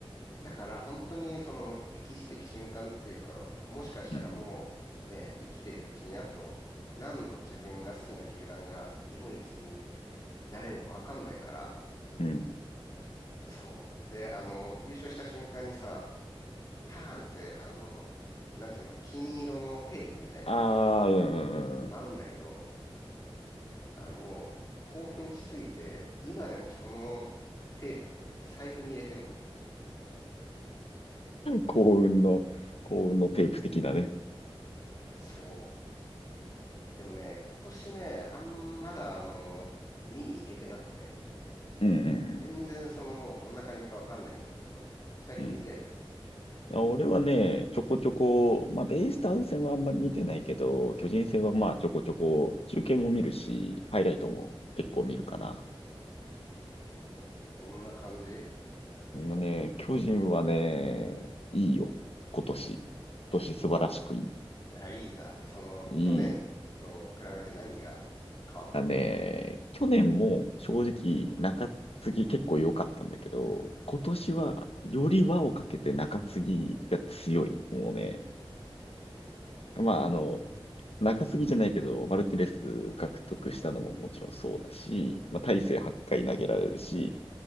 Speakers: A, on the left; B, on the left.
A: だから本当にその歴史的瞬間っていうか、もしかしたらもうね、
B: うん。
A: 生きてるうちにあと何度自分が好きな球団が日本一になれるのかわかんないから、
B: うん。
A: そう。で、あの、優勝した瞬間にさ、パーンって、あの、なんていうの、金色のテープみたいなのが
B: ああ、うんうんうんう
A: 舞うんだけど、あの、もう興奮しすぎて、今でもそのテープ財布に入れてるもん。
B: ん。<laughs> 幸運の、幸運のテープ的なね。
A: そう。でもね、今年ね、あん、まだあの、見に行けてなくて。
B: うんう
A: 全然そのもうどんな感じかわかんないんだけど、
B: ん
A: 最近見てる
B: うん。あ俺はね、ちょこちょこ、まあ、ベイスターズ戦はあんまり見てないけど、巨人戦はまあ、ちょこちょこ、中継も見るし、ハイライトも結構見るかな。
A: どんな感じ
B: もうね、巨人はね、いいよ。今年。今年素晴らしくいい。
A: あ、いいんだ。その、
B: いい。
A: 去年と比べて何が変わったの
B: あね、去年も正直中継ぎ結構良かったんだけど、今年はより輪をかけて中継ぎが強い。もうね、まああの、中継ぎじゃないけど、マルティレス獲得したのももちろんそうだし、まあ、大勢8回投げられるし、